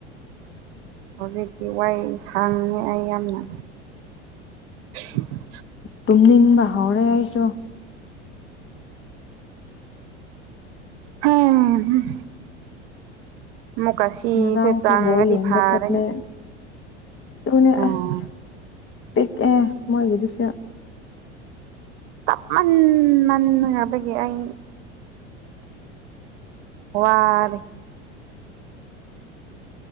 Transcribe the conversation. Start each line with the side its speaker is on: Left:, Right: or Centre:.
Right: ꯍꯧꯖꯤꯛꯇꯤ ꯋꯥꯏ ꯁꯥꯡꯉꯦ ꯑꯩ ꯌꯥꯝꯅ <unintelligible>
Left: ꯇꯨꯝꯅꯤꯡꯕ ꯍꯧꯔꯦ ꯑꯩꯁꯨ
Right: ꯎꯝ ꯑꯃꯨꯛꯀ ꯁꯤꯁꯦ
Left: ꯉꯔꯥꯡꯁꯨ
Right: ꯆꯡꯂꯗꯤ
Left: ꯕꯣꯜ ꯌꯦꯡꯕ
Right: ꯐꯔꯅꯤ
Left: ꯆꯠꯂꯦ ꯑꯗꯨꯅꯦ
Right: ꯎꯝ
Left: ꯑꯁ ꯄꯤꯛꯑꯦ ꯃꯣꯏꯒꯤꯗꯨꯁꯨ
Right: ꯇꯞ ꯃꯟꯃꯟꯈ꯭ꯔꯕꯒꯤ ꯑꯩ ꯋꯥꯔꯦ